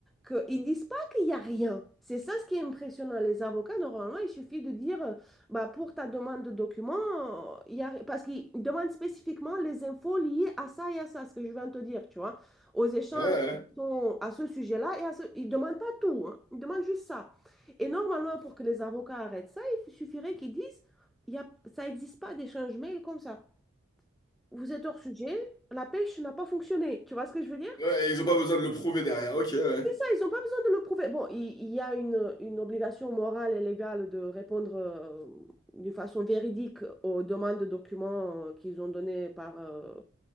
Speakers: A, in the centre; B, on the left.
A: qu'ils ne disent pas qu'il n'y a rien. C'est ça ce qui est impressionnant. Les avocats, normalement, il suffit de dire, euh, bah, pour ta demande de documents, euh, il y a... parce qu'ils demandent spécifiquement les infos liées à ça et à ça, ce que je viens de te dire, tu vois, aux échanges.
B: Ouais, ouais.
A: qui sont à ce sujet-là et à ce... Ils ne demandent pas tout, hein. Ils demandent juste ça. Et normalement, pour que les avocats arrêtent ça, il suffirait qu'ils disent, il y a... ça n'existe pas d'échange mail comme ça. Vous êtes hors sujet, la pêche n'a pas fonctionné. Tu vois ce que je veux dire?
B: Ouais, et ils ont pas besoin de le prouver derrière. Ok, ouais.
A: C'est ça, ils n'ont pas besoin de le prouver. Bon, il, il y a une, une obligation morale et légale de répondre euh, d'une façon véridique aux demandes de documents euh, qu'ils ont données par, euh,